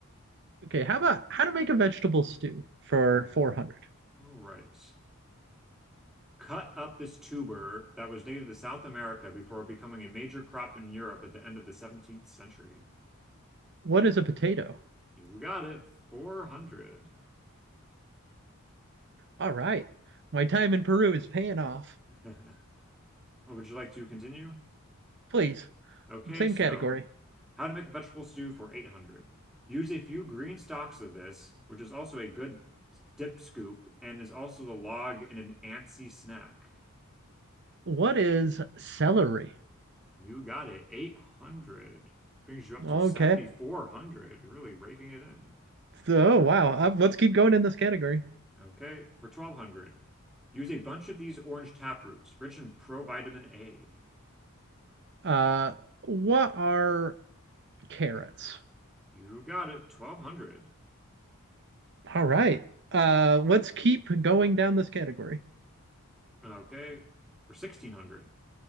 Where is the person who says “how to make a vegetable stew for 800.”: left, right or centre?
Centre